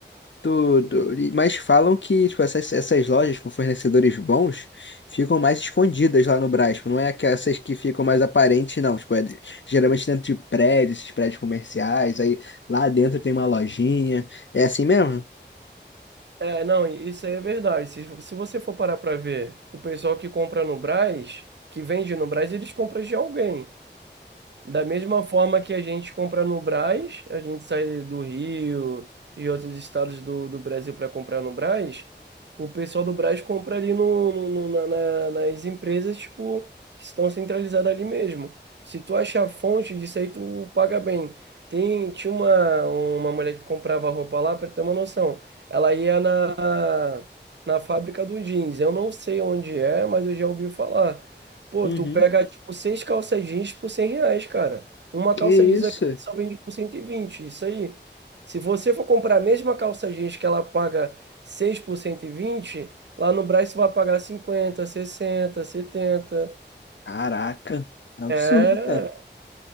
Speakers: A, on the left; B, on the right.
A: Tudo. E- Mas falam que tipo, essas, essas lojas com fornecedores bons ficam mais escondidas lá no Brás. Tipo, Não é que essas que ficam mais aparentes, não. Tipo, é de- geralmente dentro de prédios, esses prédios comerciais. Aí lá dentro tem uma lojinha. É assim mesmo?
B: É, não, isso aí é verdade. Se, se você for parar para ver, o pessoal que compra no Brás, que vende no Brás, eles compram de alguém. Da mesma forma que a gente compra no Brás, a gente sai do Rio e outros estados do, do Brasil para comprar no Brás, o pessoal do Brás compra ali no, no- no- na- na- nas empresas tipo, que estão centralizadas ali mesmo. Se tu achar fonte disso aí, tu paga bem. Tem, tinha uma, uma mulher que comprava roupa lá, para ter uma noção. Ela ia na, na fábrica do jeans. Eu não sei onde é, mas eu já ouvi falar. Pô,
A: Uhum.
B: tu pega, tipo, seis calças jeans por 100 reais, cara. Uma
A: Que
B: calça
A: isso?
B: jeans aqui só vende por 120 isso aí. Se você for comprar a mesma calça jeans que ela paga 6 por 120 lá no Brás você vai pagar cinquenta sessenta setenta
A: Caraca. É um absurdo,
B: É,
A: cara.